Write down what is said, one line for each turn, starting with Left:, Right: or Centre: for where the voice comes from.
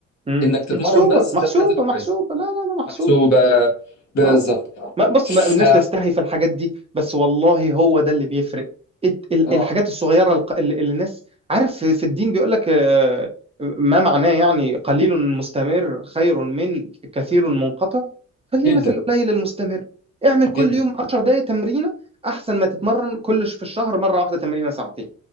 Right: مم.
Left: انك تتمرن
Right: محسوبة
Left: بس
Right: محسوبة
Left: ده في حد ذاته
Right: محسوبة
Left: كويس
Right: لا لا لا محسوبة
Left: محسوبه بالظبط
Right: اه ما بص
Left: ف-
Right: ما الناس تستحي في الحاجات دي بس والله هو ده اللي بيفرق الت- ال-
Left: اه
Right: الحاجات الصغيره الق- اللي اللي الناس عارف في في الدين بيقول لك آه، ما معناه يعني قليل مستمر خير من كثير منقطع خلينا
Left: جدا
Right: في القليل المستمر اعمل كل
Left: جدا
Right: يوم 10 دقائق تمرينه احسن ما تتمرن كل ش- في الشهر مره واحده تمرينه ساعتين